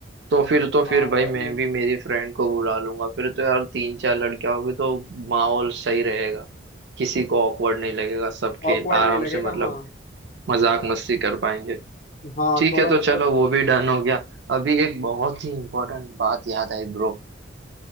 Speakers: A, on the right; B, on the left.
A: तो फिर तो फिर
B: हाँ
A: भाई
B: यार
A: मैं
B: ये
A: भी मेरी फ्रेंड को बुला लूंगा फिर तो यार तीन चार लड़कियां होगी तो माहौल सही रहेगा किसी को ऑकवर्ड नहीं लगेगा सब खेल
B: ऑकवर्ड
A: आराम
B: नहीं लगेगा
A: से मतलब
B: हाँ
A: मजाक मस्ती कर पाएंगे
B: हाँ
A: ठीक
B: थोड़ा
A: है तो
B: मतलब
A: चलो वो भी डन हो गया अभी एक बहुत ही इम्पोर्टेंट बात याद आई ब्रो